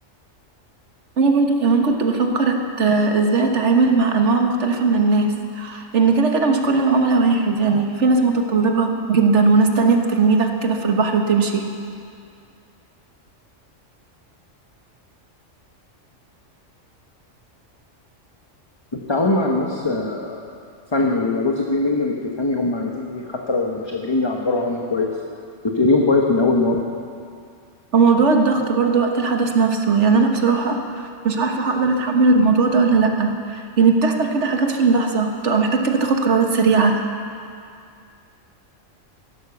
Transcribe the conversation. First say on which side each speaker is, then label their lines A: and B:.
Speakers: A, on the right (about 65°); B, on the left (about 25°).
A: انا برضو كمان كنت بفكر أت... ازاي اتعامل مع انواع مختلفة من الناس لان كده كده مش كل العملاء واحد يعني في ناس متطلبة جدا وناس تانية بترميلك كده في البحر وتمشي
B: التعامل مع الناس فن وبيبقى جزء كبير منه انك تفهمي هم عايزين ايه حتى لو مش قادرين يعبروا عنه كويس وتقريهم كويس من اول مواقف
A: وموضوع الضغط برضو وقت الحدث نفسه يعني انا بصراحة مش عارفة هقدر اتحمل الموضوع ده ولا لأ يعني بتحصل كده حاجات في اللحظة بتبقى محتاج كده تاخد قرارات سريعة